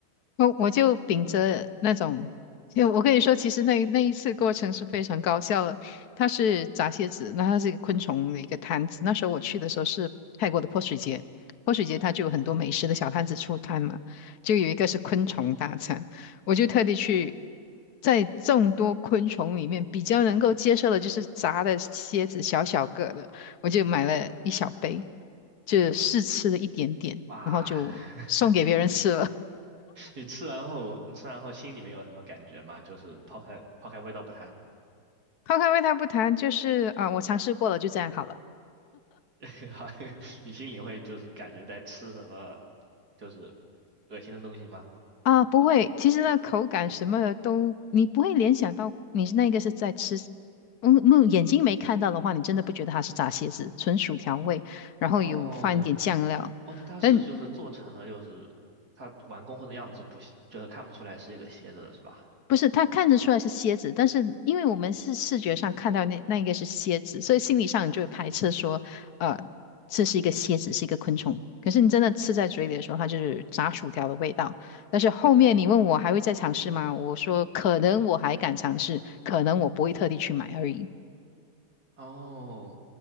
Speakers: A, on the left; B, on the right.
A: 我我就秉着那种，就我跟你说，其实那那一次过程是非常高效的。它是炸蝎子，那它是一个昆虫的一个摊子。那时候我去的时候是泰国的泼水节，泼水节它就有很多美食的小摊子出摊嘛，就有一个是昆虫大餐，我就特地去。在众多昆虫里面，比较能够接受的就是炸的蝎子，小小个的，我就买了一小杯，就试吃了一点点，
B: 哇，
A: 然后就送给别人吃了。
B: <laughs> 你吃完后，你吃完后心里面有什么感觉吗？就是抛开抛开味道不谈，
A: 抛开味道不谈，就是啊、我尝试过了，就这样好了。
B: <laughs> 你心里会就是感觉在吃什么，就是恶心的东西吗？
A: 啊、不会，其实那口感什么的都，你不会联想到你是那个是在吃，嗯，没眼睛没看到的话，你真的不觉得它是炸蝎子，纯薯条味，然后有放一点酱料。
B: 哦哦，那它是就是做成了就是它完工后的样子是不是就是看不出来是一个蝎子的是吧？
A: 但不是，他看得出来是蝎子，但是因为我们是视觉上看到那那应该是蝎子，所以心理上你就会排斥说，呃，这是一个蝎子，是一个昆虫。可是你真的吃在嘴里的时候，它就是炸薯条的味道。但是后面你问我还会再尝试吗？我说可能我还敢尝试，可能我不会特地去买而已。
B: 哦，